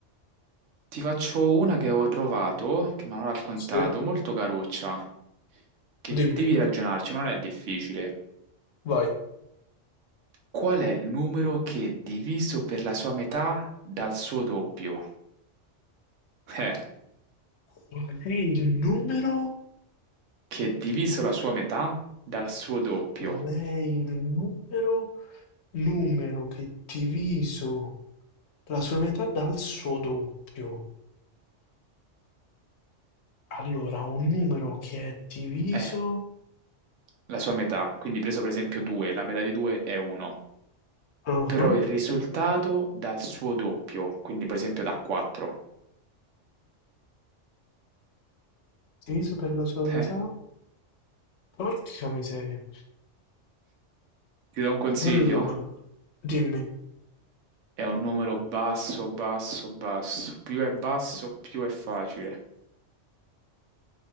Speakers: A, on the right (about 80°); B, on the left (about 70°).
A: ti faccio una che ho trovato, che mi hanno raccontato,
B: sì,
A: molto caruccia, che
B: dimmi,
A: devi ragionarci, ma non è difficile.
B: vai.
A: Qual è il numero che è diviso per la sua metà dal suo doppio? Eh,
B: Qual è il numero?
A: che è diviso la sua metà dal suo doppio.
B: Qual è il numero? Numero che diviso la sua metà dal suo doppio. Allora, un numero che è diviso...
A: è la sua metà, quindi preso per esempio 2, la metà di 2 è 1,
B: Ah,
A: però
B: ah,
A: il risultato dà il suo doppio, quindi per esempio da 4.
B: diviso per la sua
A: Eh,
B: metà? Porca miseria.
A: ti do un consiglio?
B: Allora, dimmi.
A: È un numero basso, basso, basso. Più è basso, più è facile.